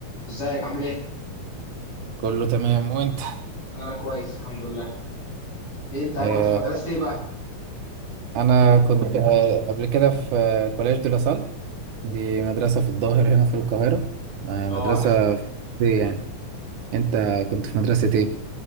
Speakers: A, on the left (about 75°); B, on the right (about 75°).
A: ازيك عامل ايه؟
B: كله تمام وانت
A: انا كويس الحمد لله انت كنت
B: آه،
A: في مدرسة ايه بقى؟
B: انا كنت آه، قبل كده في آه، كولاج دي لاسال دي مدرسة في الظاهر هنا في القاهرة آه،
A: اه
B: مدرسة
A: عارفها
B: في إيه يعني انت كنت في مدرسة ايه